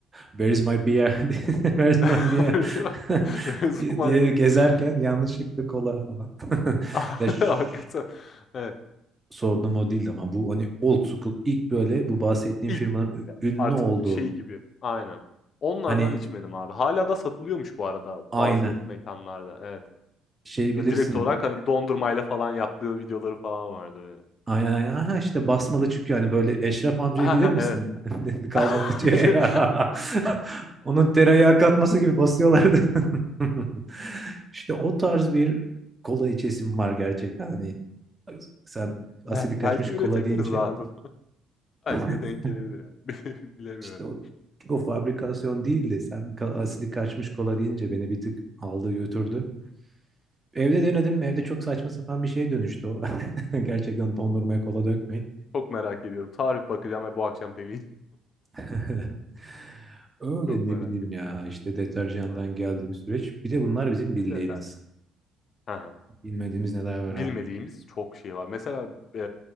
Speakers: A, on the right; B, on the left.
A: Where is my beer? <laughs> Where is
B: <laughs>
A: my beer? <laughs>
B: Öyle zaman
A: diye diye
B: bir
A: gezerken
B: <laughs>
A: yanlışlıkla kola falan. <laughs>
B: Hakikaten.
A: Ya şş,
B: Evet.
A: sorduğum o değildi ama bu hani old school ilk böyle bu bahsettiğim
B: İlk
A: firmanın
B: böyle
A: ü- ünlü
B: artık
A: olduğu
B: şey gibi, aynen. Onlardan
A: hani
B: içmedim abi. Hâlâ da satılıyormuş bu arada
A: aynı
B: bazı mekânlarda, evet.
A: şey bilirsin
B: Eee, direkt olarak, hani, dondurmayla falan yaptığı videoları falan vardı böyle.
A: Aynen aynen. Aha işte basmalı çünkü hani böyle Eşref amcayı
B: ha
A: bilir
B: he,
A: misin?
B: evet.
A: <laughs> Kahvaltıcı.
B: <laughs> Bir
A: <laughs> Onun tereyağı katması gibi basıyorlardı. <laughs> İşte o tarz bir kola içesim var gerçekten. Hani sen asidi
B: Bel belki
A: kaçmış kola
B: üretebiliriz
A: deyince
B: abi. <laughs> Belki
A: <laughs>
B: de denk gelebilir yani. <laughs> Bi Bilemiyorum
A: işte o, o fabrikasyon değildi. Sen ka- asidi kaçmış kola deyince beni bir tık aldı götürdü. Evde denedim. Evde çok saçma sapan bir şeye dönüştü o. <laughs> Gerçekten dondurmaya kola dökmeyin.
B: Çok merak ediyorum. Tarif bakacağım ve bu akşam deneyeceğim.
A: <laughs> Öyle
B: Çok
A: ne
B: merak
A: bileyim
B: ettim.
A: ya işte deterjandan
B: Aynen.
A: geldiğimiz süreç. Bir de bunlar bizim bildiğimiz.
B: Yeter ya. He he.
A: Bilmediğimiz neler var
B: Bilmediğimiz
A: artık.
B: çok şey var. Mesela, eee,